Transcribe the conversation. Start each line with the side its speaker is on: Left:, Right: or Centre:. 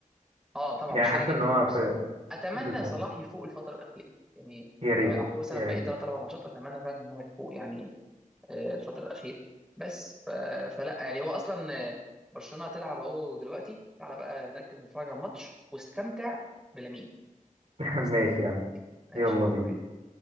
Centre: اه طبعا
Right: يعني
Centre: مش
Right: حاسس
Centre: فارق جيل
Right: ان
Centre: في
Right: هو
Centre: المنافسه
Right: في
Centre: اتمنى
Right: بالظبط
Centre: صلاح يفوق الفتره الاخيره يعني
Right: يا ريت
Centre: لو يلعبوا مثلا
Right: يا
Centre: باقي
Right: ريت
Centre: ثلاث اربع ماتشات اتمنى فعلا ان هو يفوق يعني آه، الفتره الاخيره بس ف... فلا يعني هو اصلا آه، برشلونه هتلعب اهو دلوقتي تعالى بقى نركز نتفرج على الماتش واستمتع بلامين
Right: <laughs>
Centre: استمتع
Right: ماشي يا عم
Centre: ماشي
Right: يلا
Centre: يلا
Right: بينا
Centre: بينا